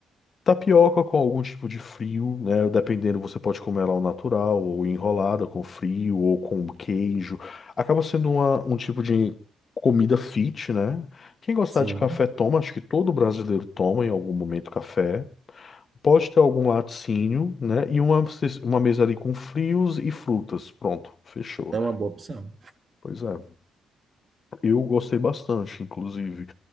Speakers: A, on the left; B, on the right.
A: Tapioca com algum tipo de frio, né? Dependendo, você pode comer ela ao natural, ou enrolada com frio, ou com queijo. Acaba sendo uma, um tipo de comida fit, né? Quem gostar
B: Sim,
A: de café toma, acho que todo brasileiro toma em algum momento café. Pode ter algum laticínio, né? E uma, ce- uma mesa ali com frios e frutas. Pronto, fechou.
B: é uma boa opção.
A: Pois é, eu gostei bastante, inclusive.